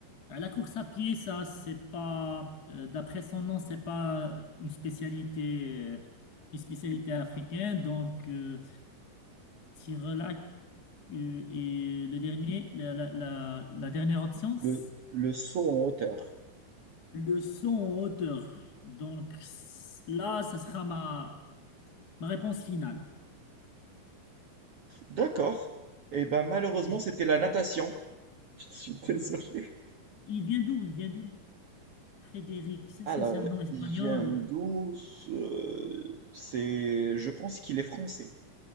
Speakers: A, on the left (about 35°); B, on the right (about 55°).
A: À La course à pied, ça, c'est pas, euh, d'après son nom, c'est pas une spécialité, euh, une spécialité africaine. Donc, euh, Tirelac euh, et le dernier, la, la, la, la dernière option,
B: Le,
A: c'est
B: le saut en hauteur.
A: le son en hauteur. Donc, c- là, ça sera ma, ma réponse finale.
B: D'accord. Eh ben, malheureusement,
A: Et je-
B: c'était la natation. Je suis désolé.
A: la natation. Il vient d'où? Il vient d'où? Frédéric, c'est
B: Alors,
A: ça, c'est un nom espagnol.
B: il vient d'où
A: ou-
B: ce c'est je pense qu'il est français.